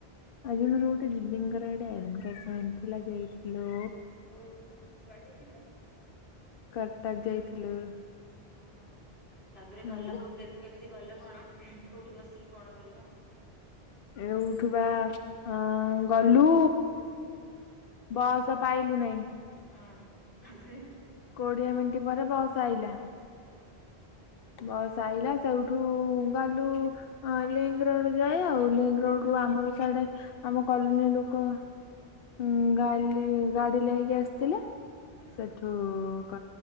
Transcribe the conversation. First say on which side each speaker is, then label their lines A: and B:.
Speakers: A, on the left (about 65°); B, on the left (about 80°).
A: ଆଜି ମୋର ଗୋଟେ ଦିଦିଙ୍କର ଗୋଟେ ଏଗେଜମେଣ୍ଟ ଥିଲା ଯାଇଥିଲୁ।
B: ଓହୋ କୁଆଡେ ଯାଇଥିଲ?
A: କଟକ ଯାଇଥିଲୁ।
B: ଓହୋ ତାପରେ ଗଲ
A: ହଁ
B: କୋ କେମିତି ଗଲ କଣ କୋଉଠି ବସିକି କଣ ଗଲ?
A: ଏଉଠୁ ବା ଅ ଗଲୁ। ବସ ପାଇଲୁ ନାହିଁ।
B: ହଁ ତାପରେ?
A: କୋଡିଏ ମିନିଟ୍ ପରେ ବସ ଆଇଲା।
B: ହୁଁ।
A: ବସ୍ ଆଇଲା ସେଉଠୁ ଗଲୁ। ହଁ ଲିଙ୍କ ରୋଡ ଯାଏ ଆଉ ଲିଙ୍କ ରୋଡ
B: ହୁଁ
A: ରୁ ଆମ ବିଆଡେ ଆମ କଲୋନୀ ଲୋକ ଉଁ ଗା ଗାଡି ଲାଗି କି ଆସିଥିଲା।
B: ହୁଁ।
A: ସେଠୁ କ